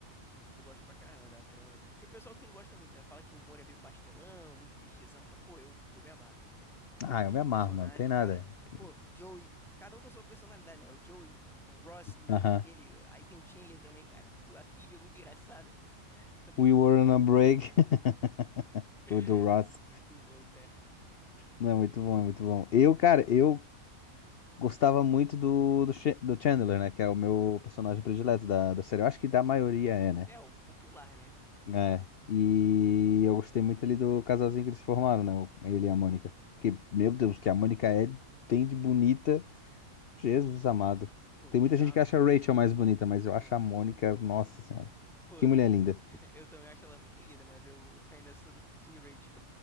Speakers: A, in the centre; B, on the left.
A: eu gosto pra caramba da trama. Tem pessoal que não gosta muito, né? Fala que o humor é meio pastelão, muito clichêzão. Mas, pô, eu, eu me amarro.
B: Ah,
A: Gosto
B: eu me
A: dos
B: amarro,
A: personagens.
B: mano, não tem nada.
A: Cada.
B: Que-
A: Pô, o Joey. Cada um com a sua personalidade, né? O Joey, o Ross do jeito
B: Aham.
A: dele. Aí tem o Chandler também, cara. Pô, a Phoebe é muito engraçada. <laughs> Não tem
B: We
A: como.
B: were on a break, <laughs>
A: <laughs>
B: o do Ross.
A: Muito bom, cara.
B: Não, muito bom, é muito bom. Eu, cara, eu gostava muito do, do, Ch- do Chandler, né? Que é o meu personagem predileto da, da série. Eu acho que da maioria é, né?
A: É, o popular, né?
B: É, e eu gostei muito ali do casalzinho que eles formaram, né? o- Ele e a Mônica. Porque, meu Deus, o que a Mônica é, tem de bonita, Jesus amado.
A: Pô,
B: Tem
A: bizarro
B: muita gente que acha
A: mesmo.
B: a Rachel mais bonita, mas eu
A: Hum.
B: acho a Mônica, nossa senhora.
A: Pô.
B: Que mulher linda.
A: <laughs> Eu também acho ela muito linda, mas eu <laughs> ainda sou do Team Rachel.